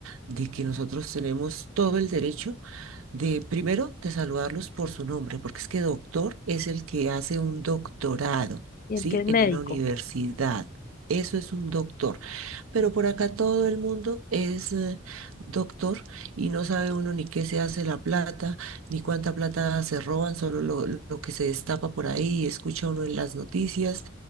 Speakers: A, on the right; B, on the left.
A: de que nosotros tenemos todo el derecho de primero de saludarlos por su nombre, porque es que doctor es el que hace un doctorado,
B: y
A: ¿sí?
B: el que es médico.
A: En una universidad. Eso es un doctor. Pero por acá todo el mundo es eh, doctor y no sabe uno ni qué se hace la plata, ni cuánta plata se roban, solo lo, lo que se destapa por ahí, escucha uno en las noticias